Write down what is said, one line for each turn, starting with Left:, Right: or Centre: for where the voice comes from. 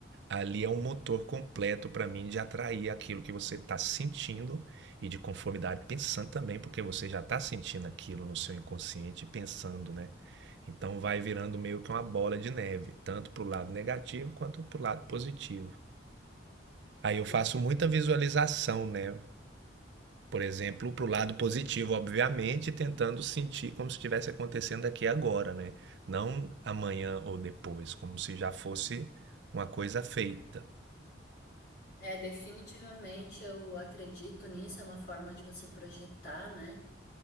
Right: Ali é um motor completo para mim de atrair aquilo que você está sentindo e de conformidade pensando também, porque você já está sentindo aquilo no seu inconsciente e pensando, né? Então vai virando meio que uma bola de neve, tanto para o lado negativo quanto para o lado positivo. Aí
Left: De-
Right: eu faço muita visualização, né? Por exemplo, para o lado positivo, obviamente, tentando sentir como se estivesse acontecendo aqui agora, né? Não amanhã ou depois, como se já fosse uma coisa feita.
Left: É, definitivamente eu acredito nisso, é uma forma de você projetar, né?